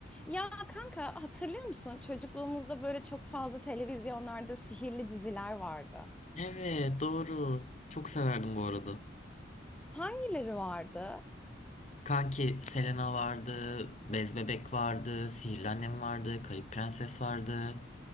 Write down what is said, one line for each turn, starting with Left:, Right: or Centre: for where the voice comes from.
Centre: Ya kanka hatırlıyor musun? Çocukluğumuzda böyle çok fazla televizyonlarda sihirli diziler vardı.
Left: Evet doğru. Çok severdim bu arada.
Centre: Hangileri vardı?
Left: Kanki Selena vardı, Bez Bebek vardı, Sihirli Annem vardı, Kayıp Prenses vardı.